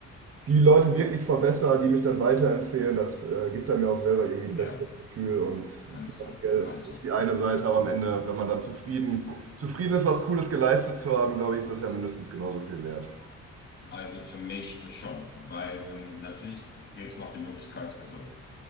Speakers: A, on the right (about 50°); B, on the left (about 35°).
A: die Leute wirklich verbessere, die mich dann weiterempfehlen. Das äh, gibt dann mir auch selber irgendwie ein
B: Ja,
A: besseres Gefühl. Und
B: kannst
A: finanziell
B: du. Kannst
A: ist, ist
B: du.
A: die eine Seite, aber am Ende, wenn man dann zufrieden, zufrieden ist, was Cooles geleistet zu haben, glaube ich, ist das ja mindestens genauso viel wert.
B: Also für mich ist schon, weil ähm, natürlich gibt es noch die Möglichkeit, also